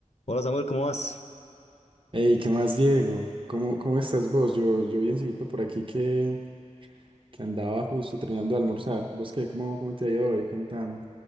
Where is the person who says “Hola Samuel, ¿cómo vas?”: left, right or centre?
Left